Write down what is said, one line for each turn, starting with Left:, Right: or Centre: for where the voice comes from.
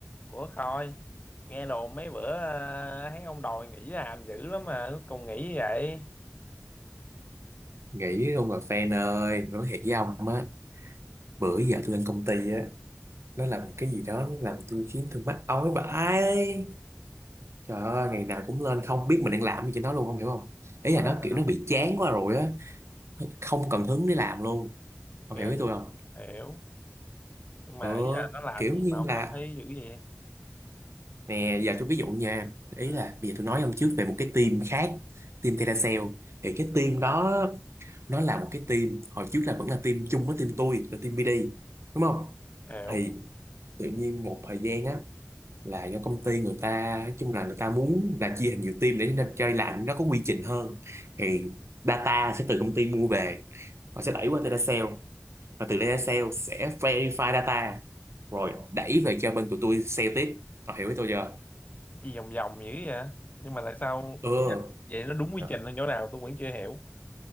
Left: Ủa Khôi, nghe đồn mấy bữa ờ, thấy ông đòi nghỉ làm dữ lắm mà cuối cùng nghỉ vậy.
Right: nghĩ luôn rồi fan ơi nói thiệt với ông á bữa giờ tôi lên công ty á nó làm cái gì đó nó làm tôi khiến tôi mắc ói vãi trời ơi ngày nào cũng lên không biết mình đang làm gì cho nó luôn không hiểu không ý
Left: Ủa
Right: là
Left: là
Right: nó
Left: sao?
Right: kiểu nó bị chán quá rồi á không cần hứng để làm luôn ông
Left: Rồi,
Right: hiểu ý tôi không
Left: hiểu. Nhưng
Right: ừ
Left: mà ý là nó làm
Right: kiểu
Left: gì
Right: như
Left: mà ông
Right: là
Left: cảm thấy dữ vậy?
Right: nè giờ tôi ví dụ nha ý
Left: Ừ,
Right: là bây giờ tôi nói ông trước về một cái team khác team Teracell thì cái team đó nó là một cái team hồi trước là vẫn là team chung với team tôi là team BD đúng không
Left: hiểu.
Right: thì tự nhiên một thời gian á là do công ty người ta nói chung là người ta muốn là chia thành nhiều team để cho chơi lạnh nó có quy trình hơn thì data sẽ từ công ty mua về và sẽ đẩy qua data sale và từ data sale sẽ verify data rồi đẩy về cho bên tụi tôi sale tiếp Họ hiểu với tôi chưa
Left: Gì vòng vòng dữ vậy? Nhưng mà tại sao
Right: ừ
Left: ý là vậy nó đúng quy
Right: Rồi.
Left: trình ở chỗ nào tôi vẫn chưa hiểu.